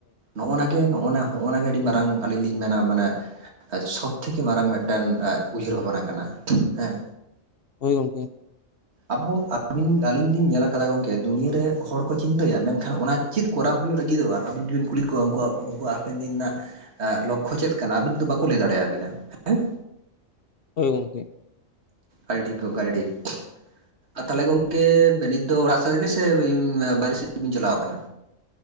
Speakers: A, on the right; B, on the left.
A: ᱱᱚᱜᱼᱚᱷ ᱱᱟᱜᱮ ᱱᱚᱜᱼᱚᱱᱟ ᱱᱚᱜᱼᱦᱳ ᱱᱟ ᱜᱮ ᱟᱹᱰᱤ ᱢᱟᱨᱟᱝ ᱟᱹᱞᱤᱧ ᱞᱤᱧ ᱢᱮᱱᱟ ᱢᱟᱱᱮ ᱥᱚᱵᱽ ᱛᱷᱮᱠᱮ ᱢᱟᱨᱟᱝ ᱢᱤᱫ ᱴᱮᱱ ᱟᱷ ᱩᱭᱦᱟᱹᱨ ᱵᱷᱟᱵᱱᱟ ᱠᱟᱱᱟ ᱦᱮᱸ
B: ᱦᱳᱭ ᱜᱚᱝᱠᱮ
A: ᱟᱵᱚ ᱟ-ᱵᱤᱱ ᱟᱞᱤᱧ ᱞᱤᱧ ᱧᱮᱞ-ᱟ ᱠᱟᱫᱟ ᱜᱚᱝᱠᱮ ᱫᱩᱱᱭᱟᱹᱨ ᱨᱮ ᱦᱚᱲ ᱠᱚ ᱪᱤᱱᱛᱟᱹᱭᱟ ᱢᱮᱱᱠᱷᱟᱱ ᱚᱱᱟ ᱪᱮᱫ ᱠᱚᱨᱟᱣ ᱦᱩᱭᱩᱜ ᱞᱟᱹᱜᱤᱫᱚᱜᱼᱟ ᱟᱹᱵᱤᱱ ᱡᱵᱤᱱ ᱠᱩᱞᱤ ᱠᱚᱣᱟ ᱩᱱᱠᱩ ᱩᱱᱠᱩᱣᱟᱜ ᱦᱟᱯᱮᱱ ᱫᱤᱱ ᱨᱮᱱᱟᱜ ᱞᱚᱠᱠᱷᱚ ᱪᱮᱫ ᱠᱟᱱᱟ ᱟᱹᱵᱤᱱ ᱵᱟᱠᱚ ᱞᱟᱹᱭ ᱫᱟᱲᱮᱭᱟᱵᱤᱱᱟ ᱦᱮᱸ
B: ᱦᱳᱭ ᱜᱚᱝᱠᱮ
A: ᱟᱹᱰᱤᱰᱤᱷᱜ ᱜᱚᱝᱠᱮ <unintelligible> ᱛᱟᱦᱚᱞᱮ ᱜᱚᱝᱠᱮ ᱱᱤᱛ ᱫᱚ ᱚᱲᱟᱜ ᱥᱮᱫ ᱨᱮᱜᱮ ᱥᱮ ᱵᱟᱨᱮ ᱥᱮᱫᱤᱧ ᱪᱟᱞᱟᱣ ᱟᱠᱟᱱᱟ